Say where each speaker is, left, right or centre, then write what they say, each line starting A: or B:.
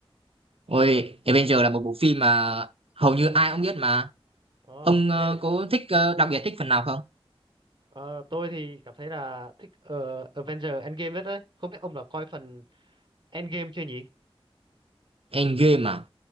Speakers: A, on the right (about 70°); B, on the right (about 50°).
A: Ôi, Avenger là một bộ phim mà hầu như ai cũng biết mà.
B: Ồ,
A: Ông ờ,
B: thế
A: có thích ờ, đặc biệt thích phần nào không?
B: ờ, tôi thì cảm thấy là thích ờ, Avenger Endgame nhất đấy. Không biết ông đã coi phần Endgame chưa nhỉ?
A: Endgame à?